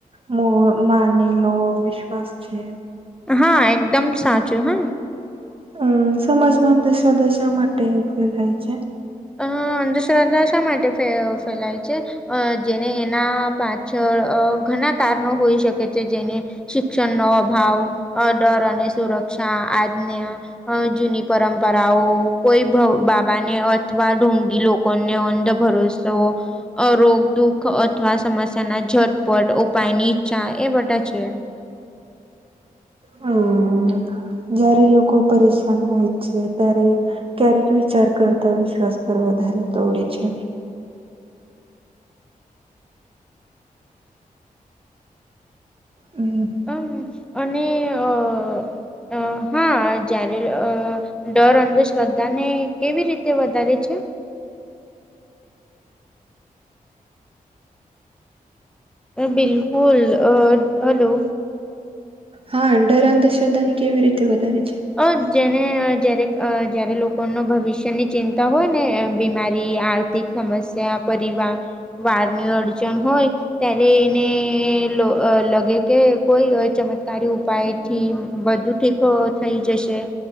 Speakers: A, on the right (about 40°); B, in the centre.
A: મો માનેલો વિશ્વાસ છે.
B: હા એકદમ સાચું હ.
A: હું સમજમાં અંધશ્રદ્ધા શા માટે ફેલાય છે?
B: અ અંધશ્રદ્ધા શા માટે ફે ફેલાય છે? અ જેને એના પાછળ અ ઘણા કારણો હોઈ શકે છે જેને શિક્ષણનો અભાવ, અ ડર અને સુરક્ષા આજના અ જૂની પરંપરાઓ કોઈ ભવ બાબાને અ અથવા ઢોગી લોકોને અંધ ભરોસો. અરોગ દુઃખ અથવા સમસ્યા ના ઝટપટ ઉપાયની ઈચ્છા એ બધા છે.
A: હાં. જ્યારે લોકો પરેશાન હોય છે ત્યારે. ક્યારેક વિચાર કરતા વિશ્વાસ પર વધારે દોડે છે. હું.
B: હ, અને અ અ હા જ્યારે અ <unintelligible> ડર, અંધશ્રદ્ધા ને, કેવી રીતે વધારે છે? એ બિલકુલ, અ હલો.
A: હા, ડર અંધશ્રદ્ધા ને કેવી રીતે વધારે છે?
B: અ જેને અ જ્યારે અ જયારે લોકોનો ભવિષ્યની ચિંતા હોય ને, એ બીમારી આ તી સમસ્યા પરિવાર વારની અડચણ હોય. ત્યારે એને લ અ લાગે કે, કોઈ અ ચમત્કારી ઉપાય થી બધું. ઠીકો થઈ જશે.